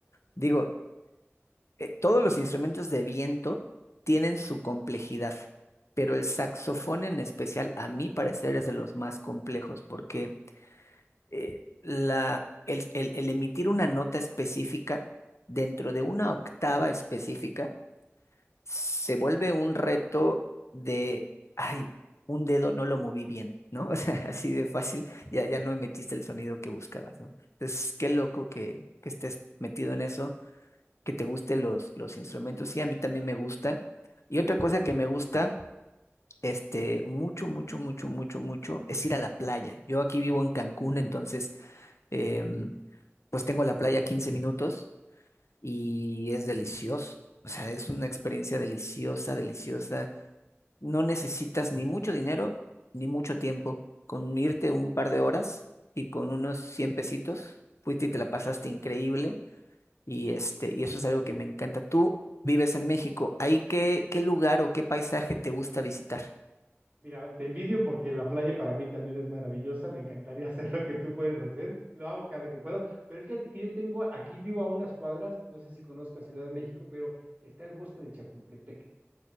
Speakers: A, on the left (about 80°); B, on the right (about 30°).
A: Digo, eh, todos los instrumentos de viento tienen su complejidad, pero el saxofón en especial, a mi parecer, es de los más complejos porque eh, la, el el- el emitir una nota específica dentro de una octava específica, se vuelve un reto de, ay, un dedo no lo moví bien, ¿no? <laughs> O sea, así de fácil, ya, ya no metiste el sonido que buscabas, ¿no? Entonces, qué loco que, que estés metido en eso, que te gusten los, los instrumentos, sí, a mí también me gusta. Y otra cosa que me gusta, este, mucho, mucho, mucho, mucho, mucho, es ir a la playa. Yo aquí vivo en Cancún, entonces, em, pues tengo la playa a 15 minutos y es delicioso. O sea, es una experiencia deliciosa, deliciosa. No necesitas ni mucho dinero ni mucho tiempo. Con irte un par de horas y con unos 100 pesitos, fuiste y te la pasaste increíble. Y, este, y eso es algo que me encanta. Tú vives en México. ¿Ahí qué, qué lugar o qué paisaje te gusta visitar?
B: Mira, te envidio porque la playa para mí también es maravillosa, me encantaría <laughs> hacer lo que tú puedes hacer, lo hago cada que puedo, pero fíjate que yo tengo aquí, vivo a unas cuadras, no sé si conozcas Ciudad de México, pero está el bosque de Chapultepec.